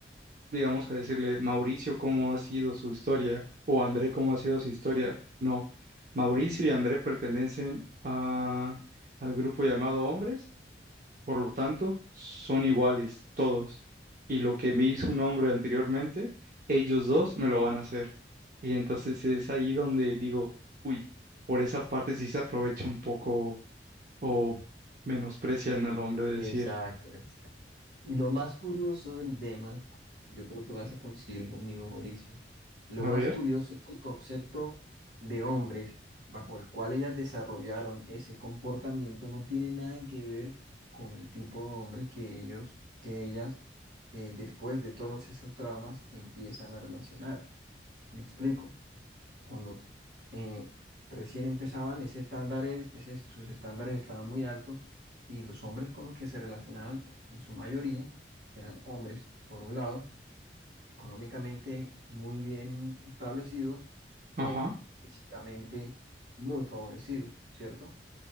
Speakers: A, on the right; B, on the right.
A: digamos, a decirle, Mauricio, cómo ha sido su historia, o André, cómo ha sido su historia. No, Mauricio y André pertenecen a, al grupo llamado hombres por lo tanto, son iguales todos. Y lo que me hizo un hombre anteriormente, ellos dos me lo van a hacer. Y entonces es ahí donde digo, uy, por esa parte sí se aprovecha un poco o menosprecian al hombre de
B: Exacto,
A: decir,
B: exacto. Y lo más curioso del tema, yo creo que vas a coincidir conmigo, Mauricio, lo
A: a
B: más
A: ver,
B: curioso es que el concepto de hombres bajo el cual ellas desarrollaron ese comportamiento no tiene nada que ver con el tipo de hombre que ellos, que ellas, eh, después de todos esos traumas, empiezan a relacionar. ¿Me explico? cuando eh, recién empezaban, ese estándares, ese- sus estándares estaban muy altos y los hombres con los que se relacionaban en su mayoría eran hombres, por un lado, económicamente muy bien establecidos o
A: ajá.
B: físicamente muy favorecidos, ¿cierto?